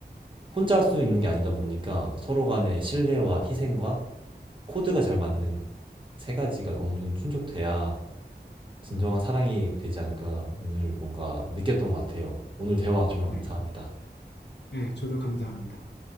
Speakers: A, on the right; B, on the left.
A: 혼자 할 수 있는 게 아니다 보니까 서로 간의 신뢰와 희생과 코드가 잘 맞는 세 가지가 어느 정도 충족돼야 진정한
B: 네,
A: 사랑이 되지 않을까 오늘 뭔가 느꼈던 것 같아요. 오늘 대화 정말
B: 네,
A: 감사합니다.
B: 네. 저도 감사합니다.